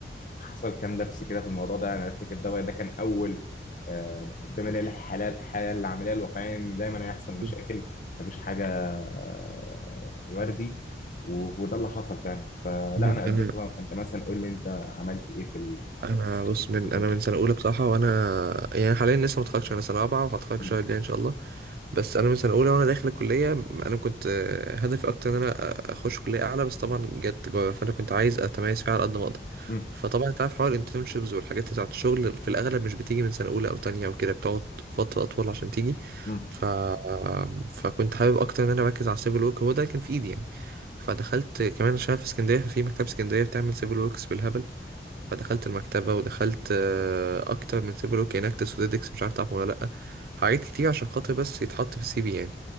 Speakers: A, on the left; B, on the right.
A: حصل كام لبس كده في الموضوع ده يعني انا افتكر ده ده كان اول آه، مقدمه ليا للحياه الحياه العمليه الواقعيه ان دايما هيحصل مشاكل
B: مم.
A: مفيش حاجه آه، يعني وردي و- وده اللي حصل فعلا فلا
B: انا
A: انا قدمت بقى فانت مثلا قول لي انت عملت ايه في ال...
B: انا بص من
A: في الجو.
B: انا من سنه اولى بصراحه وانا يعني حاليا لسه ما اتخرجتش انا سنه رابعه وهتخرج
A: م-
B: الشهر الجاي ان شاء الله بس انا من سنه اولى وانا داخل الكليه انا كنت آه، هدفي اكتر ان انا أ- اخش كليه اعلى بس طبعا جت تجاره فانا كنت عايز اتميز فيها على قد ما اقدر
A: م-
B: فطبعا انت عارف حوار الانترنشيبز والحاجات بتاعت الشغل في الاغلب مش بتيجي من سنه اولى او تانية او كده بتقعد فتره اطول عشان تيجي
A: م-
B: ف... فكنت حابب اكتر ان انا اركز على السيفل ورك هو ده كان في ايدي يعني فدخلت كمان عشان أنا في اسكندريه ففي مكتبه اسكندريه بتعمل سيفل وركس بالهبل فدخلت المكتبة ودخلت آه، أكتر من سيفل ورك اناكتس وديدكس مش عارف تعرف ولا لأ حاجات كتير عشان خاطر بس يتحط في السي في يعني